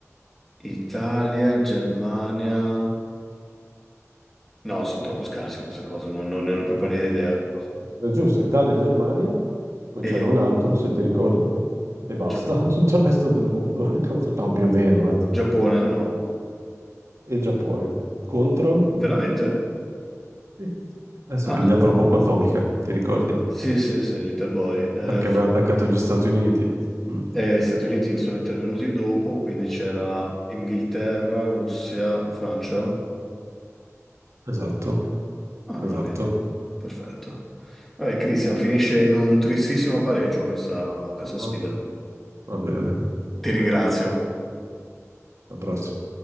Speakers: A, in the centre; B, on the right (about 65°).
A: Italia, Germania... No, sono troppo scarsi in queste cose, non, non ne ho più pallida idea.
B: No, è giusto, Italia-Germania, poi
A: E
B: c'era un altro, se ti ricordi, e basta,
A: Gia-
B: <laughs> tutto il resto del mondo. <laughs> No, più o meno, eh.
A: Giappone? No.
B: e Giappone contro...
A: Veramente?
B: Sì. Adesso
A: Ah,
B: è pigliato la bomba atomica, ti ricordi?
A: sì, sì, sì, Little Boy. Eh,
B: Perché
A: fr-
B: aveva attaccato gli Stati Uniti. Mm,
A: eh, Stati Uniti sono intervenuti dopo, quindi c'era Inghilterra, Russia, Francia.
B: Esatto,
A: Ah, allora
B: esatto.
A: vedi. Perfetto. Vabbè, Christian, finisce in un tristissimo pareggio questa, questa sfida.
B: Va va bene,
A: Ti ringrazio.
B: alla prossima.